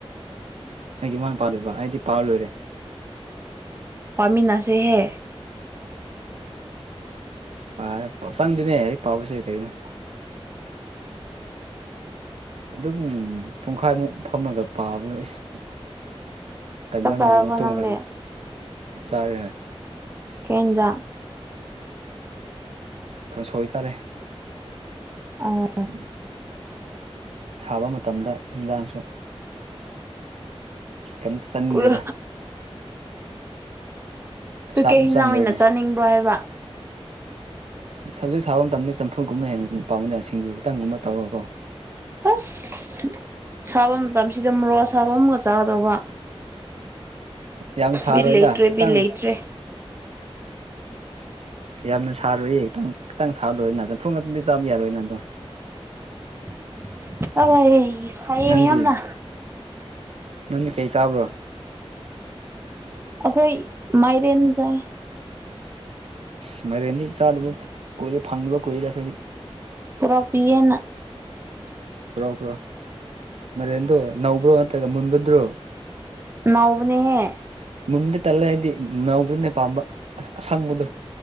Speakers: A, on the right (about 85°); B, on the right (about 25°).
A: ꯑꯩꯒꯤ ꯏꯃꯥꯅꯄꯥꯗꯕ ꯑꯩꯗꯤ ꯄꯥ ꯂꯣꯏꯔꯦ
B: ꯄꯥꯃꯤꯟ ꯅꯁꯦꯍꯦ
A: ꯄꯥꯔꯦ ꯆꯪꯗꯦꯅꯦ ꯂꯥꯏꯔꯤꯛ ꯄꯥꯕꯁꯦ ꯀꯩꯅꯣ ꯑꯗꯨꯝ ꯄꯨꯡꯈꯥꯏꯃꯨꯛ ꯐꯝꯃꯒ ꯄꯥꯕꯗ ꯑꯩꯁ ꯍꯥꯏꯃꯟꯅꯒꯤ
B: ꯆꯥꯛ ꯆꯥꯔꯕꯣ
A: ꯑꯃꯨꯛ ꯇꯣꯡꯈ꯭ꯔꯅꯤ
B: ꯅꯪꯗꯤ
A: ꯆꯥꯔꯦ ꯍꯥꯏ
B: ꯀꯦꯟꯖ
A: ꯀꯩꯅꯣ ꯁꯣꯏꯇꯥꯔꯦ
B: ꯑꯥ
A: ꯎ ꯁꯥꯕ ꯃꯇꯝꯗ ꯏꯟꯖꯥꯡꯁꯨ ꯀꯇ ꯆꯟꯗꯦꯗ
B: ꯄꯨꯔꯥ ꯇꯨ
A: ꯆꯥꯛꯁꯨ
B: ꯀꯦ ꯍꯤꯟꯖꯥꯡ
A: ꯆꯪꯗ꯭ꯔꯦꯅꯦ
B: ꯑꯣꯏꯅ ꯆꯥꯅꯤꯡꯕ꯭ꯔꯣ ꯍꯥꯏꯕ
A: ꯁꯞꯖꯦꯛ ꯁꯥꯕ ꯃꯇꯝꯗ ꯆꯝꯨꯒꯨꯝꯕ ꯍꯦꯟꯅ ꯄꯥꯝꯕꯗꯅ ꯁꯤꯡꯖꯨ ꯇꯪꯒꯨꯝꯕ ꯇꯧꯔꯒꯀꯣ
B: ꯑꯁ ꯁꯥꯕ ꯃꯇꯝꯁꯤꯗ ꯃꯣꯔꯣ ꯁꯥꯕ ꯑꯃꯒ ꯆꯥꯒꯗꯧꯕ
A: ꯌꯥꯝ ꯁꯥꯔꯣꯏꯗ
B: ꯕꯤꯜ ꯂꯩꯇ꯭ꯔꯦ
A: ꯈꯤꯇꯪ
B: ꯕꯤꯜ ꯂꯩꯇ꯭ꯔꯦ
A: ꯌꯥꯝꯅ ꯁꯥꯔꯣꯏꯏ ꯈꯤꯇꯪ ꯈꯤꯇꯪ ꯁꯥꯔꯨꯨꯔꯣꯏꯅ ꯆꯝꯐꯨ ꯉꯥꯛꯛꯇꯗꯤ ꯆꯥꯕ ꯌꯥꯔꯣꯏꯅ ꯑꯗꯣ
B: <inaudible> ꯑꯩ ꯁꯥꯏꯌꯦ
A: ꯅꯪꯗꯤ
B: ꯌꯥꯝꯅ
A: ꯅꯪꯗꯤ ꯀꯩ ꯆꯥꯕ꯭ꯔꯣ
B: ꯑꯩꯈꯣꯏ ꯃꯥꯏꯔꯦꯟꯁꯥꯏ
A: ꯑ ꯃꯔꯦꯟꯅꯤ ꯆꯥꯗꯕ ꯀꯨꯏꯔꯦ ꯐꯪꯗꯕ ꯀꯨꯏꯔꯦ ꯑꯩꯈꯣꯏꯗꯤ
B: ꯄꯨꯔꯛ ꯄꯅ
A: ꯄꯨ꯭ꯔꯥꯎ ꯄꯨ꯭ꯔꯥꯎ ꯃꯔꯦꯟꯗꯣ ꯅꯧꯕ꯭ꯔꯣ ꯅꯠꯇ꯭ꯔꯒ ꯃꯨꯟꯕꯗ꯭ꯔꯣ
B: ꯅꯎꯕꯅꯦꯍꯦ
A: ꯃꯟꯃꯤꯗ ꯇꯜꯂꯦ ꯍꯥꯏꯗꯤꯅꯥꯎꯕꯗꯨꯅꯦ ꯄꯥꯝꯕ ꯑ ꯑꯁꯥꯡꯕꯗꯣ